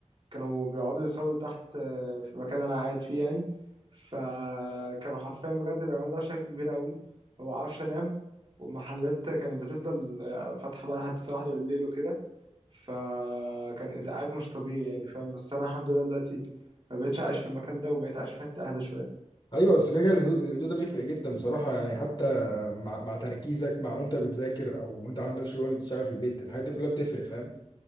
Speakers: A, on the right; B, on the left.
A: كانوا بيقعدوا يسهروا تحت آه، في المكان اللي انا قاعد فيه يعني فكانوا حرفيا بجد بيعملوا دوشه كبيره قوي هو عفش نام والمحلات كانت بتفضل آه، فاتحه بقى لحد الساعه واحدة بالليل وكده فكان ازعاج مش طبيعي يعني فاهم بس انا الحمد لله دلوقتي ما بقتش عايش في المكان ده وبقيت عايش في حته اهدى شويه
B: ايوه بس كده كده الهدوء الهدوء ده بيفرق جدا بصراحه يعني حتى مع مع تركيزك مع وانت بتذاكر او وانت عندك شغل بتشتغل في البيت الحاجات دي كلها بتفرق فاهم